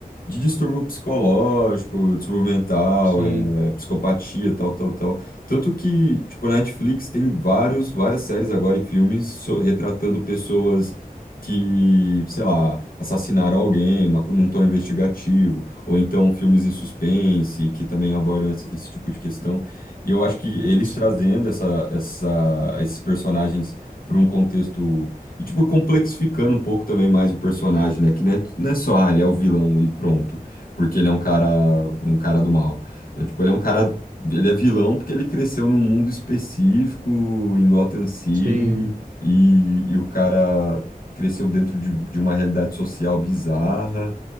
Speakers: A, on the left; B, on the right.
A: de distúrbio psicológico, distúrbio mental,
B: Sim,
A: é, psicopatia, tal, tal, tal. Tanto que, tipo, na Netflix tem vários, várias séries agora e filmes so- retratando pessoas que, sei lá, assassinaram alguém, mas num tom investigativo, ou então filmes em suspense, que também abordam esse, esse tipo de questão. E eu acho que eles
B: si-
A: trazendo essa, essa, esses personagens para um contexto. E, tipo, complexificando um pouco também mais o personagem, né? Que não é, não é só, ah, ele é o vilão e pronto. Porque ele é um cara, um cara do mal. Não, tipo, ele é um cara. Ele é vilão porque ele cresceu num mundo específico, em Gotham City,
B: sim.
A: e, e o cara cresceu dentro de, de uma realidade social bizarra,